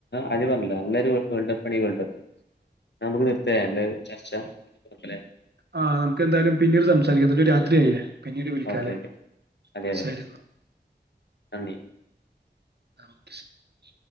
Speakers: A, on the left; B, on the right.
A: അത് പറഞ്ഞില്ലോ നല്ലൊരു വേൾഡപ്പണി വേൾഡപ്പ് നമുക്ക് നിർത്തയ അല്ല ചർച്ച <unintelligible>
B: ആഹ് നമുക്ക് എന്തായാലും പിന്നീട് സംസാരിക്കുന്ന ഇതിപ്പോ രാത്രിയയില്ലേ പിന്നീട് വിളിക്കാലേ
A: ഓക്കെ അതെ അതെ
B: ശരി ന്നാ
A: നന്ദി
B: ഓക്കേ